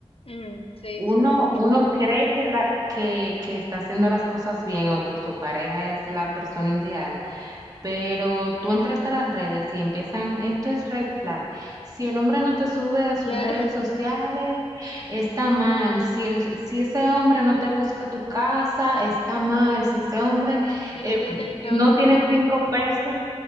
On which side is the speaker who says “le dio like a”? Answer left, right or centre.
Left